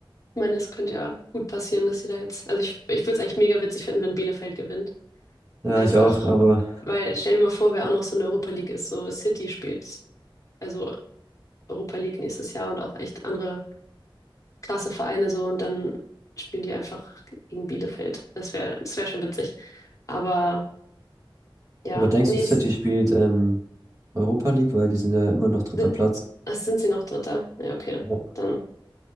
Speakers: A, on the left (about 35°); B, on the right (about 40°).
A: Ich meine, es könnte ja gut passieren, dass sie da jetzt. Also ich, ich würde es eigentlich mega witzig finden, wenn Bielefeld gewinnt.
B: Ja,
A: Einfach,
B: ich auch, aber,
A: weil stell dir mal vor, wer auch noch so in der Europa League ist, so City spielt. Also Europa League nächstes Jahr und auch echt andere krasse Vereine so und dann spielen die einfach gegen Bielefeld. Das wäre, das wäre schon witzig. Aber ja,
B: aber denkst
A: nee,
B: du, City
A: es
B: spielt ähm, Europa League, weil die sind ja immer noch dritter
A: sind,
B: Platz.
A: es sind sie noch Dritter. Ja, okay.
B: Ja,
A: Dann,